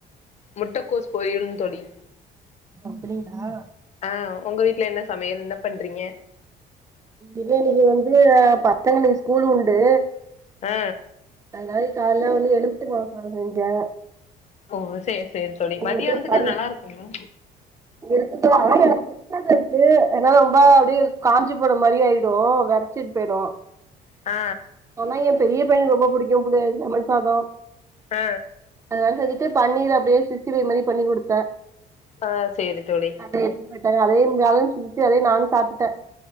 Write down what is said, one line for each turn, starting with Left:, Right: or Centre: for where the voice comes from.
Left: முட்டக்கோஸ் பொறியலு தோழி
Right: அப்டிங்களா
Left: ஆ உங்க வீட்ல என்ன சமையல் என்ன பண்றீங்க
Right: இல்ல இன்னக்கி வந்து பசங்களுக்கு ஸ்கூல் உண்டு
Left: ஆ
Right: அதனால காலேலயே வந்து எலுமிச்ச பழ சாதோ செஞ்சே
Left: ஓ சேரி சேரி தோழி
Right: செஞ்சுட்டு
Left: மதியானத்துக்கு
Right: பன்
Left: அது நல்லா இருக்குங்களா
Right: இருக்குது ஆனா எனக்கு பிடிக்காது அது ஏன்னா ரொம்ப அப்டியே காஞ்சி போன மாரி ஆயி டு வெறச்சிட் போயிடு
Left: ஆ
Right: ஆனா ஏ பெரிய பையன்க்கு ரொம்ப புடிக்கு புளி லெமன் சாதோ
Left: ஆ
Right: அதனால செஞ்சிட்டு பன்னீர் அப்டியே சிக்ஸ்டி ஃபைவ் மாதி பண்ணி குடுத்தே
Left: ஆ சேரி தோழி
Right: அத எடுத்துட்டு போய்ட்டாங்க அதயே அதயே இருந்துச்சி அதயே நானு சாப்ட்டுட்டே